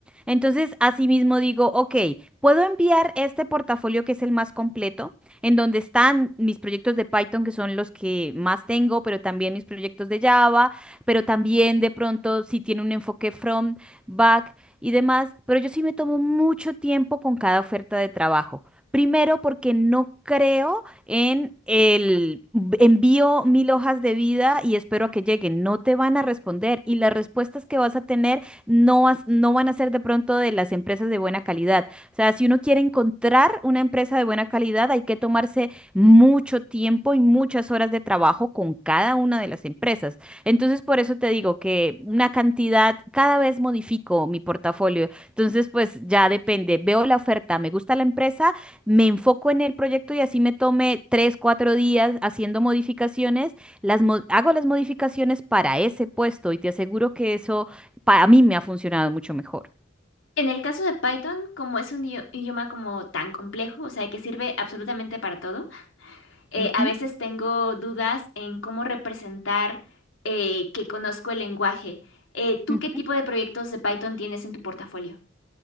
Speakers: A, in the centre; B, on the left.
A: entonces asimismo digo, ok, puedo enviar este portafolio que es el más completo, en donde están mis proyectos de Python, que son los que más tengo, pero también mis proyectos de Java, pero también de pronto si tiene un enfoque front, back y demás, pero yo sí me tomo mucho tiempo con cada oferta de trabajo. Primero, porque no creo en el b- envío mil hojas de vida y espero a que lleguen. No te van a responder y las respuestas que vas a tener no, vas- no van a ser de pronto de las empresas de buena calidad. O sea, si uno quiere encontrar una empresa de buena calidad, hay que tomarse mucho tiempo y muchas horas de trabajo con cada una de las empresas. Entonces, por eso te digo que una cantidad, cada vez modifico mi portafolio. Entonces, pues ya depende. Veo la oferta, me gusta la empresa, me enfoco en el proyecto y así me tome tres, cuatro días haciendo modificaciones. Las mo- hago las modificaciones para ese puesto y te aseguro que eso para mí me ha funcionado mucho mejor.
B: En el caso de Python, como es un idi- idioma como tan complejo, o sea, que sirve absolutamente para todo, eh,
A: Ujú.
B: a veces tengo dudas en cómo representar eh, que conozco el lenguaje. Eh, ¿tú
A: Ujú.
B: qué tipo de proyectos de Python tienes en tu portafolio?